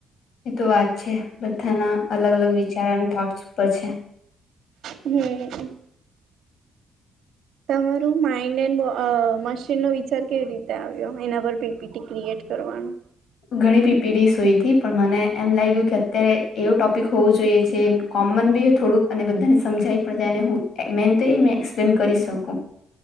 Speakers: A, on the left; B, on the right.
A: એ તો વાત છે બધાના અલગ અલગ વિચાર અને થોટસ ઉપર છે.
B: હમ. તમારું માઇન્ડ એન્ડ અ મશીનનો વિચાર કેવી રીતે આવ્યો એના પર પીપીટી ક્રિએટ કરવાનો.
A: ઘણી પીપીડીસ હોઈ હતી પણ મને એમ લાગ્યું કે અત્યારે એવું ટોપિક હોવું જોઈએ જે. કોમન બી હોય થોડુંક અને બધાને સમજાવી પણ જાય ને હું મેન તો એ મેં એક્સપ્લેન કરી શકું.